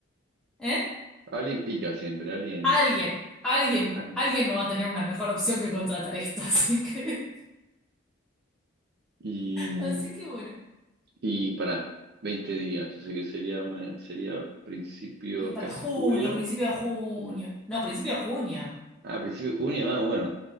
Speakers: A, in the centre; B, on the right.
A: ¿Eh?
B: Alguien pica siempre, alguien...
A: Alguien, alguien,
B: alguien.
A: alguien no va a tener una mejor opción que contratar esto, <laughs> así que,
B: Y mm,
A: así que bueno.
B: Y para 20 días, o sea que sería, me- sería principio
A: Y para
B: casi
A: junio,
B: julio.
A: principio de junio.
B: un-
A: No, principio de junio.
B: ah, principio de junio, ah, bueno,